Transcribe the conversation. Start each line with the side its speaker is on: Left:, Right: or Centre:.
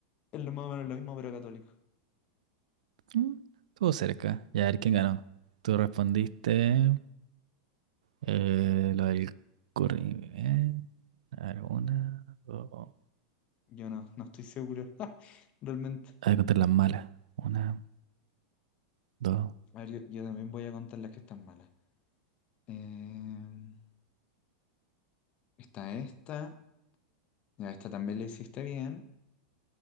Left: Es lo más o menos lo mismo, pero católico.
Right: Mm, Estuvo cerca. Ya, a ver quién ganó. Tú respondiste eh, lo del curry. eh. A ver, una, dos.
Left: Yo no, no estoy seguro. <laughs> Realmente.
Right: A ver, contar las malas. Una, dos.
Left: A ver, yo, yo también voy a contar las que están malas. Em, está esta. Ya, esta también la hiciste bien.